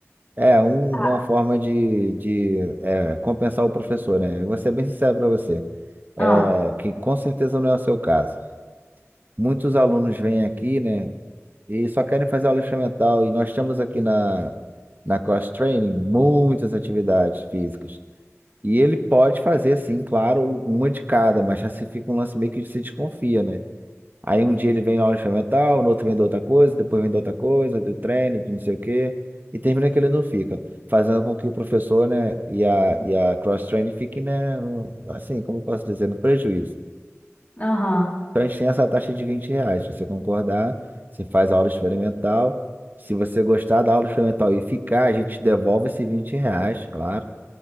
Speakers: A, on the right; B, on the left.
A: É um-
B: Ah,
A: uma forma de, de é, compensar o professor, né? Eu vou ser bem sincero para você, é,
B: Ah,
A: que com certeza não é o seu caso. Muitos alunos vêm aqui, né, e só querem fazer aula experimental, e nós temos aqui na, na Cross Training muitas atividades físicas. E ele pode fazer, assim, claro, uma de cada, mas já se fica um lance meio que se desconfia, né? Aí um dia ele vem na aula experimental, no outro vem da outra coisa, depois vem da outra coisa, do treino, de não sei o quê, e termina que ele não fica, fazendo com que o professor, né, e a, e a cross-training fiquem, né, no- assim, como eu posso dizer, no prejuízo.
B: aham,
A: Então a gente tem essa taxa de 20 reais, se você concordar, você faz a aula experimental, se você gostar da aula experimental e ficar, a gente devolve esse 20 reais, claro.